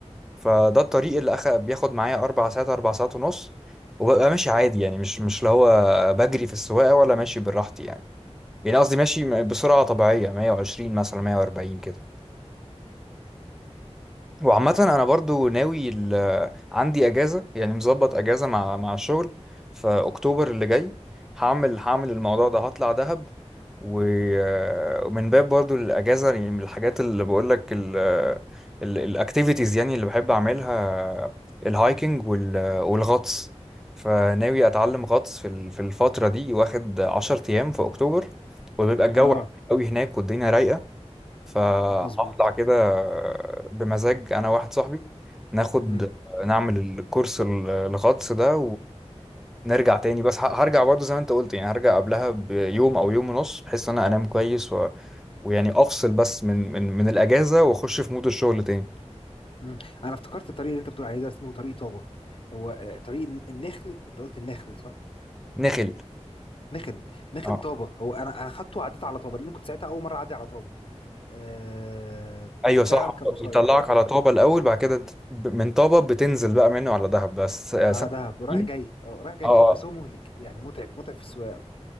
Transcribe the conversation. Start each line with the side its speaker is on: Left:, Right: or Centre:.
Centre: فده الطريق اللي أخ... بياخد معايا اربع ساعات اربع ساعات ونص وببقى ماشي عادي يعني مش مش اللي هو بجري في السواقة ولا ماشي براحتي يعني يعني قصدي ماشي بسرعة طبيعية 120 مثلا 140 كده وعامة أنا برضو ناوي ال... عندي أجازة يعني مظبط أجازة مع مع الشغل في أكتوبر اللي جاي هعمل هعمل الموضوع ده هطلع دهب و... ومن باب برضو الأجازة يعني من الحاجات اللي بقولك ال... ال... الأكتيفيتيز يعني اللي بحب أعملها الهايكنج وال... والغطس فناوي أتعلم غطس في ال... في الفترة دي واخد عشر أيام في أكتوبر وبيبقى الجو
Left: اه
Centre: حلو أوي هناك والدنيا رايقة فهطلع
Left: مظبوط
Centre: كده بمزاج انا واحد صاحبي ناخد
Left: امم
Centre: نعمل الكورس ال- الغطس ده ونرجع تاني بس ه- هرجع برضه زي ما انت قلت يعني هرجع قبلها بيوم او يوم ونص بحيث ان انا انام كويس و... ويعني افصل بس من من من الاجازه واخش في مود الشغل تاني
Left: امم انا افتكرت الطريق اللي انت بتقول عليه ده اسمه طريق طابة هو آه، طريق الن- النخل انت قلت النخل صح
Centre: نخل
Left: نخل نخل
Centre: اه
Left: طابه هو انا انا خدته وعديت على طابه لان كنت ساعتها اول مره اعدي على طابه أه
Centre: ايوه
Left: ففعلا
Centre: صح
Left: كان قصير
Centre: بيطلعك على
Left: اه
Centre: طابه الاول بعد كده انت ب- من طابه بتنزل بقى منه على دهب بس آه،
Left: على
Centre: سانت
Left: دهب رايح
Centre: كاترين.
Left: جاي اه رايح جاي
Centre: اه آه.
Left: بس هو مهلك يعني متعب متعب في السواقه أوي.